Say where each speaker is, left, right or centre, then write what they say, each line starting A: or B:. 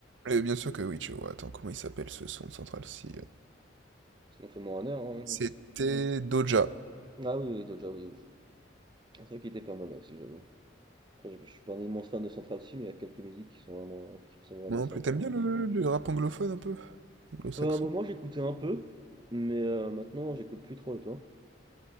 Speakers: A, on the right (about 75°); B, on the right (about 25°).
A: Euh, bien sûr que oui, tu vois. Attends, comment il s'appelle ce son de Central C? euh
B: Sinon, fais-moi un air. Hein,
A: C'était
B: si tu-
A: Doja.
B: Ah oui, oui, Doja, oui, oui. je- vois. C'est vrai qu'il était pas mal là aussi, j'avoue. Après, je, je suis pas un immense fan de Central Cee, mais il y a quelques musiques qui sont vraiment, qui sont vraiment
A: Moi non
B: sympas.
A: plus, t'aimes bien le, le rap anglophone un peu? Anglo-saxon?
B: Ouais, à un moment, j'écoutais un peu, mais euh, maintenant, j'écoute plus trop, et toi?